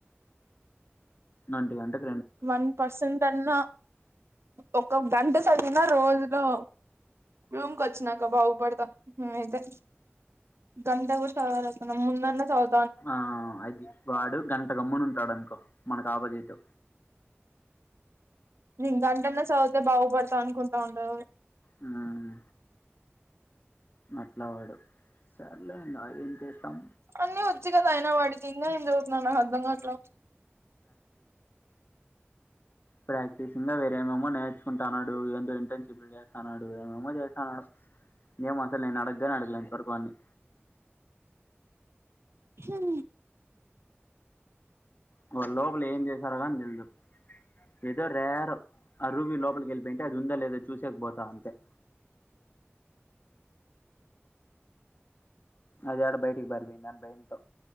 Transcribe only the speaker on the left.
ఒంటి గంటకు
ఆ అది వాడు గంట గమ్మును ఉంటాడు అనుకో మనకు ఆపోజిట్
హ్మ్ అట్లా వాడు సర్లే ఇంగా ఎంచేస్తాం.
ప్రాక్టీస్ ఇంగా వేరేమేమో నేర్చుకుంటాన్నాడు. ఎంటో ఎంటో ఇంటర్న్షిప్ చేస్తాన్నాడు ఏమేమో చేస్తాన్నాడు. ఏమో అసలు నేను అడగ్గనే అడగలే ఇంతవరకు వాన్ని
వాళ్ళు లోపల ఏం చేసారో కాని తెలిదు. ఏదో రేర్ ఆ రుబి లోపలికి వెళ్ళిపోయింటే అది ఉందా లేదో చూసేకి పోతా అంతే. <inaudible> అది ఏడ బయటికి పారిపోయిందా అని భయంతో